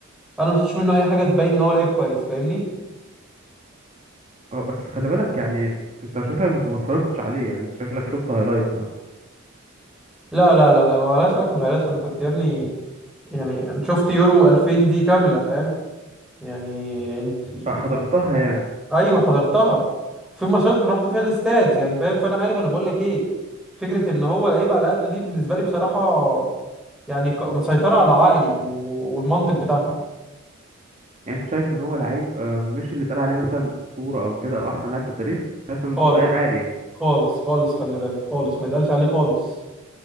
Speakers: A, in the centre; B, on the right.
A: انا ما شفتش منه اي حاجه تبين ان هو لعيب كويس فاهمني
B: اه بس خلي بالك يعني انت شكلك ما اتفرجتش عليه يعني انت شكلك شفت هايلايتس مثلا
A: لا لا لا لا ما لهاش علاقه بالهلاس انا كنت يا ابني يعني انا شفت يورو 2000 دي كامله فاهم يعني انت يعني
B: اه حضرتها يعني
A: ايوه حضرتها في ماتشات رحت فيها الاستاد يعني فاهم فانا عارف انا بقول لك ايه فكره ان هو لعيب على قده دي بالنسبه لي بصراحه يعني ك- مسيطره على عقلي و- والمنطق بتاعها
B: يعني انت شايف ان هو لعيب اه، مش اللي اتقال عليه مثلا اسطوره او كده او احسن لاعب في التاريخ شايف ان
A: خالص
B: هو لعيب عادي يعني
A: خالص خالص خلي بالك خالص ما يتقالش عليه خالص